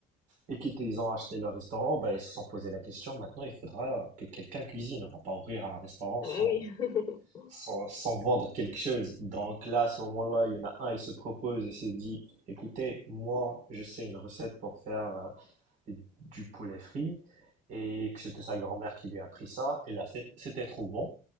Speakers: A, on the right; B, on the left.
A: et quand ils ont acheté le restaurant, ben ils se sont posé la question, maintenant, il faudra que quelqu'un cuisine. On va pas ouvrir un restaurant
B: Ah
A: sans,
B: bah oui. <laughs>
A: sans, sans vendre quelque chose. Donc là, à ce moment-là, il y en a un, il se propose et se dit, écoutez, moi, je sais une recette pour faire euh, du poulet frit et que c'était sa grand-mère qui lui a appris ça. Et l'a fait, c'était trop bon.